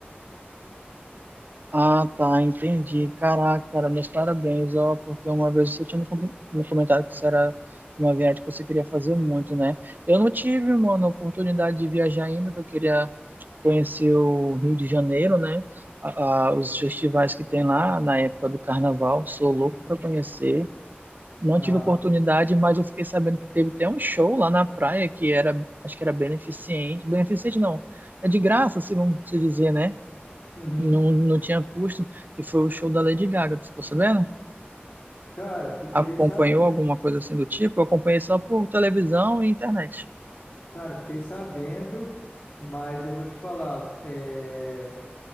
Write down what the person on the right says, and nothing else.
Ah, tá, entendi. Caraca, cara, meus parabéns, ó, porque uma vez você tinha me comen- me comentado que isso era uma viagem que você queria fazer muito, né? Eu não tive, mano, oportunidade de viajar ainda, que eu queria conhecer o Rio de Janeiro, né? A- a- os festivais que tem lá na época do Carnaval, sou louco
para conhecer. Não
tive oportunidade, mas eu fiquei sabendo que teve até um show lá na praia que era, acho que era beneficente. Beneficente não, é de graça, se vamos se dizer, né?
Não, não tinha custo, que foi o show da Lady Gaga, tu ficou sabendo?
Acompanhou
alguma coisa assim do tipo? Eu acompanhei só por televisão e internet.